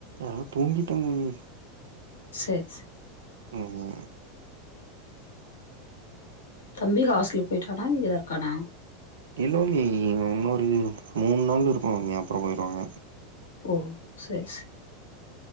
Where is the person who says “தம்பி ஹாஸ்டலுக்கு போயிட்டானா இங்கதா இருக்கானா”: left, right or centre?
Left